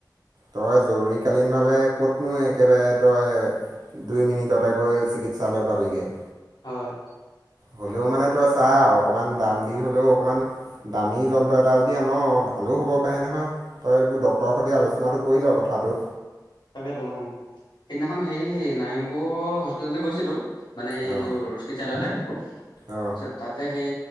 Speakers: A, on the right (about 65°); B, on the left (about 85°).
A: তই জৰুৰীকালীনভাৱে ক'তনো একেবাৰে তই দুই মিনিট ততে গৈ চিকিৎসালয় পাবিগৈ।
B: হয়,
A: হ'লেও মানে তই চাই আৰু। অকমান দাম দি হলেও অকণমান দামী যন্ত্ৰ এটা যদি আন ভালো হ'ব পাৰে নহয়। তই এইবোৰ ডক্টৰৰ সৈতে আলোচনাটো কৰি ল কথাটো।
B: তাকেতো অ, সেইদিনাখন হেৰি নাৰমপুৰ হস্পিতাললৈ গৈছিলোঁ, মানে
A: অ
B: এইটো চিকিৎসালয়লে
A: অ
B: তাৰপছত তাতে সেই